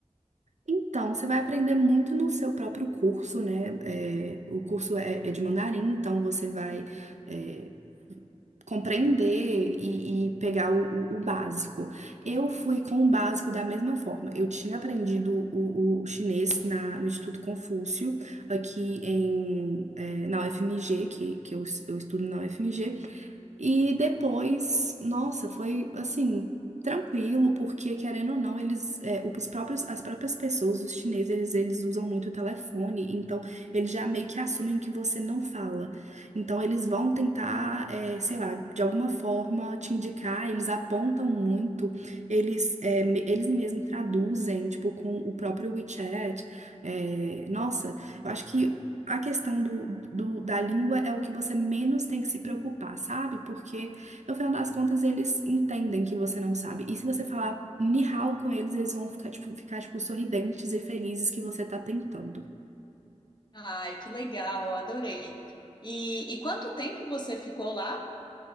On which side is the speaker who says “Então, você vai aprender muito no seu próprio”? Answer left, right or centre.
Right